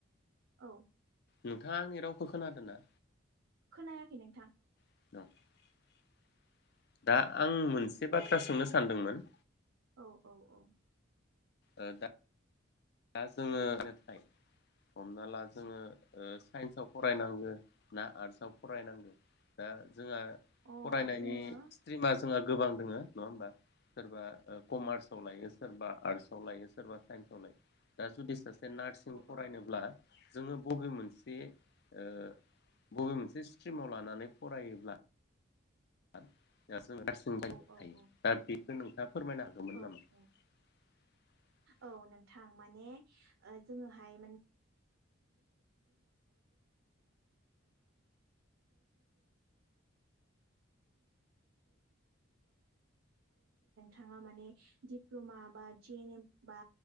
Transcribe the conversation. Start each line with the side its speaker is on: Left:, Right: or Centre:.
Right: औ
Left: नोंथाङा आंनि रावखौ खोनादों ना?
Right: नायाखै नोंथां।
Left: <unintelligible> दा आं मोनसे बाथ्रा सोंनो सानदोंमोन
Right: औ औ औ
Left: आ दा दा जोङो नाथाय हमना ला जोङो ओ साइन्सआव फरायनांगो ना आर्टसआव फरायनांगोन दा? जोंहा
Right: अ
Left: फरायनायनि
Right: जोङो औ
Left: स्ट्रिमा जोंहा गोबां दोङो नङा होमबा सोरबा कमार्सआव लायो सोरबा आर्टसआव लायो सोरबा साइन्सआव लायो। <unintelligible> नार्सिं फरायनोब्ला
Right: औ
Left: जोङो बबे मोनसे ओ बबे मोनसे स्ट्रिमाव लानानै फरायोब्ला <unintelligible> <unintelligible>
Right: औ
Left: <unintelligible>
Right: औ
Left: फोरमायनो हागौमोन
Right: औ औ
Left: नामा?
Right: औ नोंथां माने जोङोहाय नोंथाङा माने डप्ल'मा बा जि एन एम बा